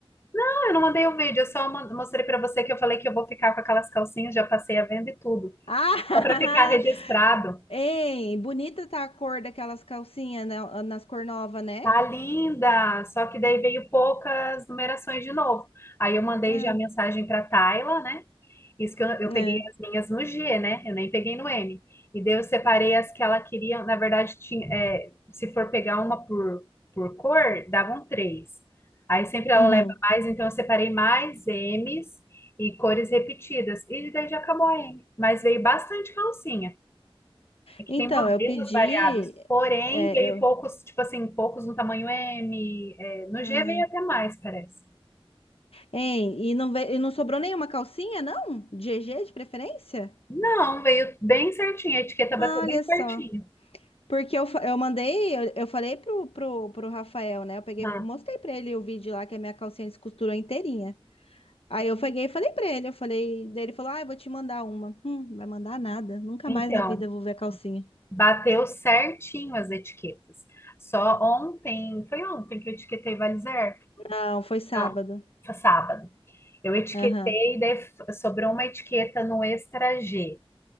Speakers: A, on the left; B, on the left.
A: Ah, Eu não mandei o vídeo, eu só man- mostrei pra você que eu falei que eu vou ficar com aquelas calcinhas, já passei a venda e tudo.
B: Ah,
A: Só pra ficar registrado.
B: <laughs> Ei, bonita tá a cor daquelas calcinhas na- nas cor nova, né?
A: Tá linda! Só que daí veio poucas numerações de novo. Aí eu mandei
B: Ah,
A: já mensagem pra Tayla, né? Isso que eu, eu peguei
B: é.
A: as minhas no G, né? Eu nem peguei no M. E daí eu separei as que ela queria. Na verdade, tinha, é, se for pegar uma por, por cor, davam três. Aí sempre ela
B: Uhum.
A: leva mais, então eu separei mais M's e cores repetidas. E daí já acabou a M. Mas veio bastante calcinha. É que
B: Então,
A: tem modelos
B: eu pedi.
A: variados, porém
B: É,
A: veio
B: eu.
A: poucos, tipo assim, poucos no tamanho M. é, no
B: Ah.
A: G veio até mais, parece.
B: Ei, e não, ve- e não sobrou nenhuma calcinha, não? De GG de preferência?
A: Não, veio bem certinho, a etiqueta bateu
B: Ah, Olha
A: bem certinho.
B: só. Porque eu, fa- eu mandei, eu, eu falei pro, pro, pro Rafael, né? Eu peguei,
A: Ah.
B: mostrei pra ele o vídeo lá que a minha calcinha descosturou inteirinha. Aí eu peguei e falei pra ele, eu falei, daí ele falou, ah, eu vou te mandar uma. Hum, vai mandar nada, nunca
A: Então,
B: mais na vida eu vou ver a calcinha.
A: bateu certinho as etiquetas. Só ontem, foi ontem que eu etiquetei Valizer?
B: Não, foi sábado.
A: Não, foi sábado. Eu etiquetei,
B: Aham.
A: daí f- sobrou uma etiqueta no Extra G.